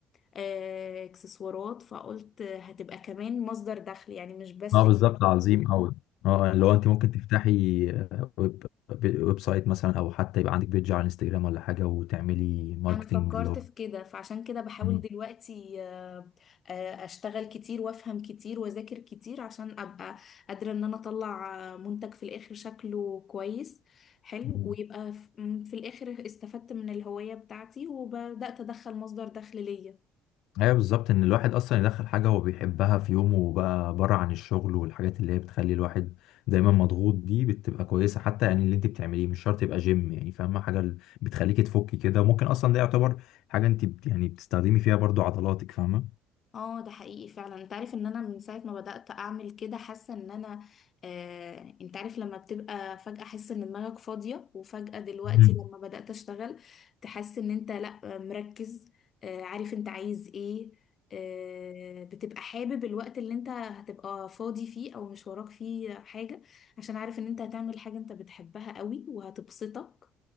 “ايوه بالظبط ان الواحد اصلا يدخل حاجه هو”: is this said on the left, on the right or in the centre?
Left